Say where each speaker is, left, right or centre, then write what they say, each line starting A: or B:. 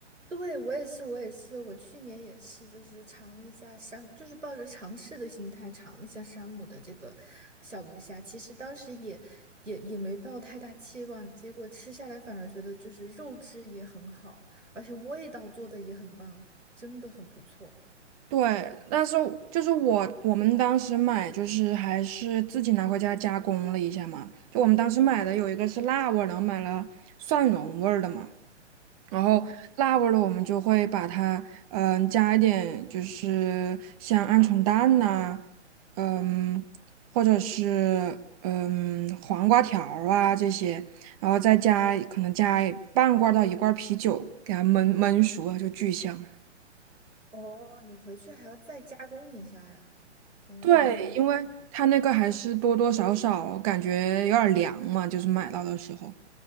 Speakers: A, on the right; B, on the right.
A: 对，我也是，我也是，我去年也是，就是尝了一下山，就是抱着尝试的心态尝了一下山姆的这个小龙虾。其实当时也也也没抱太大期望，结果吃下来反而觉得就是肉质也很好，而且味道做的也很棒，真的很不错。
B: 对，但是就是我我们当时买就是还是自己拿回家加工了一下嘛，就我们当时买的有一个是辣味儿，然后买了蒜蓉味儿的嘛，然后辣味儿的我们就会把它嗯、
A: 嗯。
B: 加一点就是像鹌鹑蛋呐、嗯或者是嗯黄瓜条儿啊这些，然后再加可能加半罐儿到一罐儿啤酒给它焖焖熟了就巨香。
A: 哦，你回去还要再加工一下呀？哦，
B: 对，因为它那个还是多多少少感觉有点儿凉嘛，就是买到的时候。